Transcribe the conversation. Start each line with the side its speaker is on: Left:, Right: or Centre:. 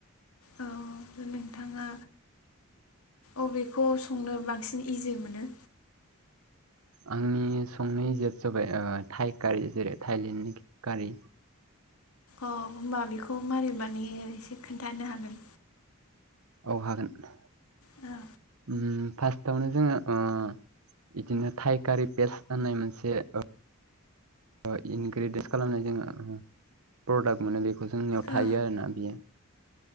Left: औ नोंथा ङा अबेखौ संनो बांसिन इजि मोनो?
Right: आंनि संनाय जोब जाबाय ओ थाइकारि जेरै थाइलेण्डनि कारि
Left: अ होमबा बेखौ मारि माने एसे खोन्थानो हागोन
Right: औ हागोन
Left: ओ
Right: उम फार्स्टावनो जोङो ओ बिदिनो थाइ कारि पेस्ट होननाय मोनसे ओ ओ इनग्रेडे खालामनाय जोङो प्रडाक्ट मोनो बेखौ जोंनियाव
Left: ओ
Right: थायो आरोना बियो